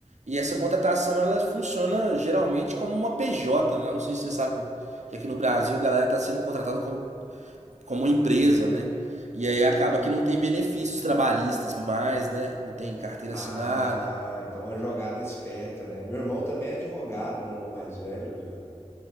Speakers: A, on the right (about 75°); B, on the left (about 20°).
A: E essa contratação ela funciona geralmente como uma PJ, né? Não sei se você sabe que aqui no Brasil a galera está sendo contratada como, como empresa, né? E aí acaba que não tem benefícios trabalhistas mais, né? Não tem carteira
B: Ah,
A: assinada.
B: então é uma jogada esperta, né? Meu irmão também é advogado, meu irmão mais velho, já.